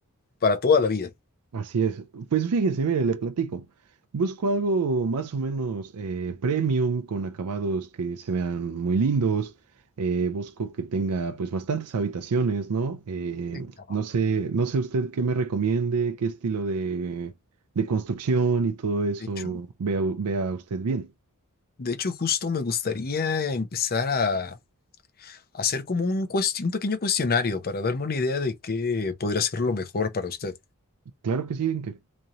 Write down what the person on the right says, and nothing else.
Así es. Pues fíjese, mire, le platico. Busco algo más o menos eh, premium, con acabados que se vean muy lindos. Eh, busco que tenga pues bastantes habitaciones, ¿no? Eh,
no sé, no sé usted qué me recomiende, qué estilo de, de construcción y todo eso
vea, vea usted bien.
Claro que sí, que,